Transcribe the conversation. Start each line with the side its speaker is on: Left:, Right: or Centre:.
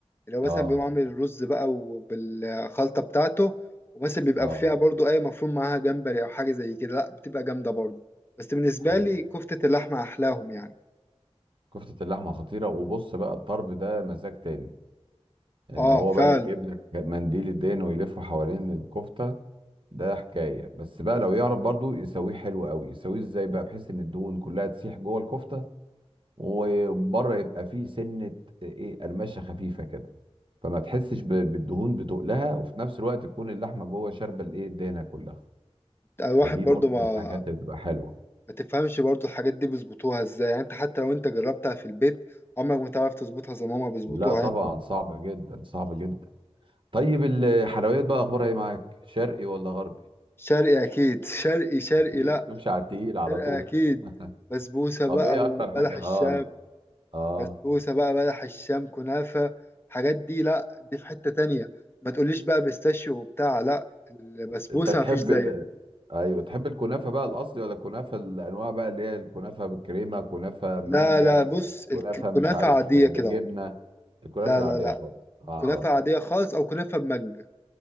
Left: اللي هو
Right: اه
Left: مثلا بيقوم عامل الرز بقى وبالخلطة بتاعته ومثلا بيبقى
Right: اه
Left: فيها برضو أي مفروم معاها جمبري أو حاجة زي كده لأ بتبقى جامدة برضو بس بالنسبة
Right: حلوة
Left: لي كفتة اللحمة أحلاهم يعني
Right: كفتة اللحمة خطيرة وبص بقى الطرب ده مزاج تاني ان
Left: اه
Right: هو
Left: فعلا
Right: بقى بيجيب لك منديل الدهن ويلفه حوالين الكفتة ده حكاية بس بقى لو يعرف برضو يسويه حلو قوي يسويه ازاي بقى بحيث ان الدهون كلها تسيح جوه الكفتة وبره يبقى فيه سنه ايه قرمشه خفيفه كده فما تحسش ب- بالدهون بتقلها وفي نفس الوقت تكون اللحمه جوه شاربه الايه الدهنه كلها
Left: الواحد
Right: فدي
Left: برضو
Right: برضه
Left: ما
Right: من الحاجات اللي بتبقى حلوه
Left: ما تفهمش برضو الحاجات دي بيظبطوها ازاي يعني انت حتى لو انت جربتها في البيت عمرك ما تعرف تظبطها زي ما هما بيظبطوها
Right: لا طبعا
Left: يعني
Right: صعبه جدا صعبه جدا طيب الحلويات بقى اخبارها ايه معاك شرقي ولا غربي
Left: شرقي أكيد <laughs> شرقي شرقي
Right: اكيد
Left: لأ
Right: تخش على التقيل على
Left: شرقي
Right: طول
Left: أكيد
Right: <laughs>
Left: بسبوسة
Right: طب
Left: بقى
Right: ايه
Left: وبلح
Right: اكتر حاجه
Left: الشام
Right: اه اه
Left: بسبوسة بقى بلح الشام كنافة الحاجات دي لا دي في حتة تانية ما تقوليش بقى بيستاشيو وبتاع لا البسبوسة
Right: انت تحب
Left: مفيش زيها
Right: ال... ايوه تحب الكنافه بقى الاصلي ولا الكنافه الانواع بقى اللي هي الكنافه بالكريمه كنافه مانجا
Left: لا لا بص الكنافة
Right: كنافه مش عارف
Left: عادية
Right: بالجبنه
Left: كده اهو
Right: الكنافه
Left: لا
Right: العاديه
Left: لا لا
Right: خالص اه
Left: كنافة
Right: اه
Left: عادية خالص أو كنافة بمانجا